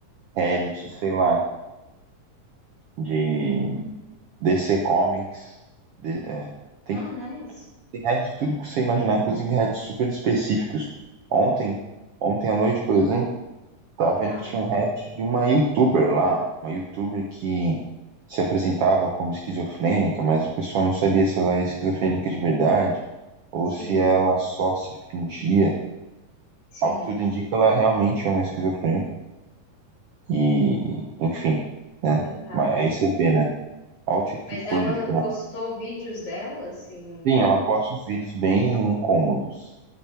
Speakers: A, on the right (about 70°); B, on the left (about 55°).
A: Reddit, sei lá, de DC Comics, de- é, tem,
B: Ah, nice.
A: tem heads de tudo que você imaginar, inclusive heads super específicos. Ontem, ontem à noite, por exemplo, tava vendo
B: Ah,
A: que tinha um head de uma YouTuber lá, uma YouTuber que se apresentava como esquizofrênica, mas a pessoa não sabia se ela era esquizofrênica de verdade ou
B: sim,
A: se ela só se fingia.
B: sim,
A: Ao que tudo indica, ela realmente é uma esquizofrênica. E, enfim, né?
B: coitada.
A: Mas aí você vê, né? Olha o tipo
B: Mas
A: de coisa,
B: ela
A: tipo,
B: postou vídeos dela, assim,
A: Sim, ela posta uns vídeos bem incômodos.